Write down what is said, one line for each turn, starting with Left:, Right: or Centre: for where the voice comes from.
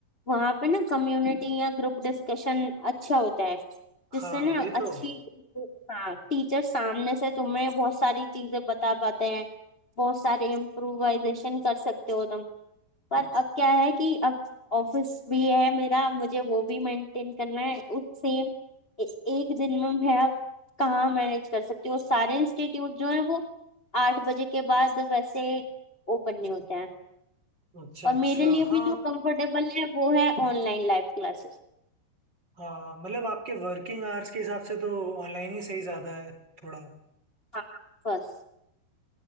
Left: वहां पे ना कम्युनिटी या ग्रुप डिस्कशन अच्छा होता है
Right: हाँ
Left: जिससे ना
Right: वही तो
Left: अच्छी हाँ टीचर सामने से तुम्हें बहुत सारी चीजें बता पाते हैं बहुत सारे इम्प्रोवाइजेशन कर सकते हो तुम पर अब क्या है कि अब ऑफिस भी है मेरा मुझे वो भी मेंटेन करना है उस सेम एक दिन में मैं अब कहाँ मैनेज कर सकती हूँ और सारे इंस्टीट्यूट जो है वो आठ बजे के बाद वैसे ओपन नहीं होते हैं
Right: अच्छा
Left: और
Right: अच्छा
Left: मेरे लिए
Right: हाँ
Left: भी जो कंफर्टेबल है वो है ऑनलाइन लाइव क्लासेस
Right: हाँ मतलब आपके वर्किंग आवर्स के हिसाब से तो ऑनलाइन ही सही ज्यादा है थोड़ा
Left: हाँ बस